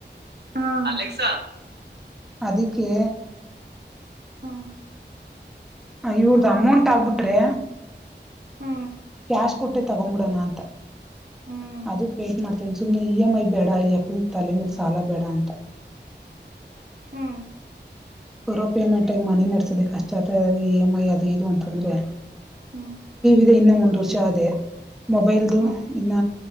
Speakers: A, on the right (about 65°); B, in the centre.
A: ಹ್ಮ ಅಲೆಕ್ಸಾ.
B: ಅದಕ್ಕೆ
A: ಹ್ಮ
B: ಹ ಇವ್ರ್ದ ಅಮೌಂಟ್ ಆಗ್ಬಿಟ್ರೆ.
A: ಹ್ಮ
B: ಕಸ್ಕೊಟ್ಟೆ ತಗೋಬೀಡನಾ ಅಂತ.
A: ಹ್ಮ್
B: ಅದು ಪೇಟ್ನಾ ಸುಮ್ನೆ ಇ ಎಂ ಐ ಬೇಡ ಇಯ್ಯಪ್ಪನ ತಲೆ ಮೇಲೆ ಸಾಲ ಬೇಡ ಅಂತ.
A: ಹ್ಮ್
B: ಬರೋ ಪೇಮೆಂಟ್ಗೇ ಮನೆ ನಡ್ಸದೆ ಕಷ್ಟ ಆಗ್ತದೇ ಇ ಎಮ್ ಐ ಅದು ಇದು ಅಂತಂದ್ರೆ.
A: ಹ್ಮ್.
B: ಇನ್ನು ಒಂದು ವರ್ಷ ಅದೇ. ಮೊಬೈಲ್ದು
A: ಹ್ಮ್
B: ಇನ್ನ.